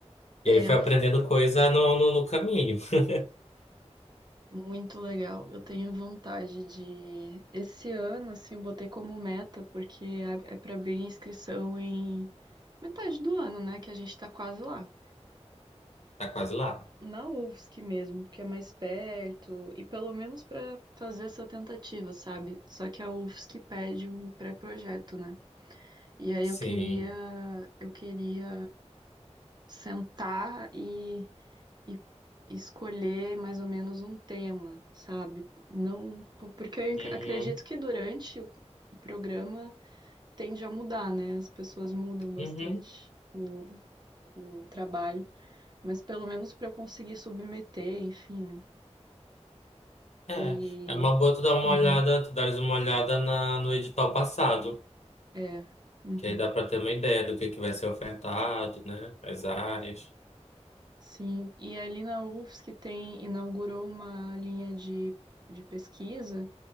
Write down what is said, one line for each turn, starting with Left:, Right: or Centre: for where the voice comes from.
Left: E
Right: É,
Left: aí fui aprendendo coisa no, no, no caminho. <laughs>
Right: muito legal. Eu tenho vontade de. Esse ano, assim, eu botei como meta, porque é para abrir inscrição em metade do ano, né? Que a gente tá quase lá.
Left: Tá quase lá.
Right: na UFSC mesmo, que é mais perto, e pelo menos para fazer essa tentativa, sabe? Só que a UFSC pede um pré-projeto, né? E aí
Left: Sim.
Right: eu queria, eu queria sentar e, e escolher mais ou menos um tema, sabe? Não, po- porque eu ac-
Left: Uhum.
Right: acredito que durante o o programa tende a mudar, né? As pessoas mudam bastante.
Left: Uhum.
Right: O, o trabalho, mas pelo menos para eu conseguir submeter, enfim, né?
Left: É.
Right: E.
Left: É uma boa tu dar uma
Right: Uhum,
Left: olhada, tu dares uma olhada na, no edital passado.
Right: é. Uhum.
Left: Que aí dá para ter uma ideia do que que vai ser ofertado, né? As áreas.
Right: Sim, e ali na UFSC tem, inaugurou uma linha de, de pesquisa